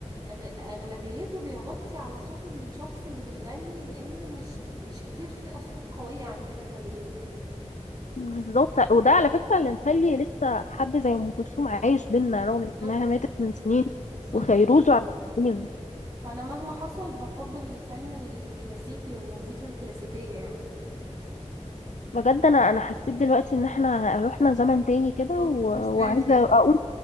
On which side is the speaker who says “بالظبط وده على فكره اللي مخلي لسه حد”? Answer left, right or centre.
Left